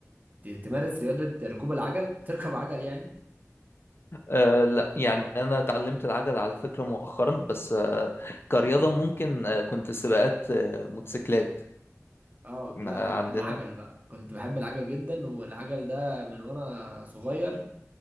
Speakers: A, on the right; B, on the left.
A: ت... تمارس رياضة ركوب العجل تركب عجل يعني
B: آه لا يعني أنا اتعلمت العجل على فكرة مؤخرا بس آه كرياضة ممكن آه كنت سباقات آه موتوسيكلات
A: اه
B: كنا
A: لا انا بقى
B: عندنا
A: انا عجل بقى كنت بحب العجل جدا والعجل ده من وانا صغير